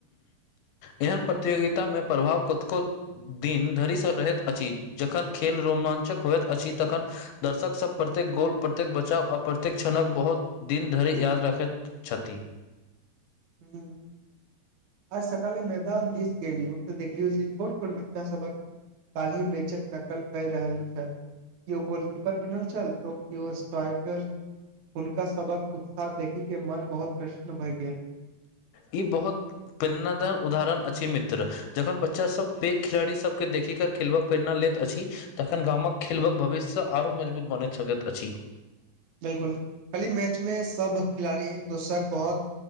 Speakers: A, on the left; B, on the right.
A: एहन प्रतियोगिता मे प्रभाव कतको दिन धरिसँ रहैत अछि जखन खेल रोमाञ्चक होइत अछि तखन दर्शक सब प्रत्येक गोल प्रत्येक बचाव आ प्रत्येक क्षणक बहुत दिन धरि याद रखैत छथि
B: हूँ आज सकल मैदान दिस गेलियो तऽ देखलियो जे छोट छोट बच्चा सबक काल्हि मेचक नकल कए रहल छल कियो गोलकीपर बनल छल तओ कियो स्ट्राइकर हुनका सबक उत्साह देखी के मन बहुत प्रसन्न भए गेल
A: ई बहुत प्रीणद उदाहरण अछि मित्र जखन बच्चासब पैघ खिलाड़ीसब के देखिक खेलबक प्रेरणा लैत अछि तखन गामक खेलबक भविष्यसँ आरो मजबूत बनैत सकैत अछि
B: बिल्कुल खाली मैच मे सब खिलाड़ी एक दोसर बहुत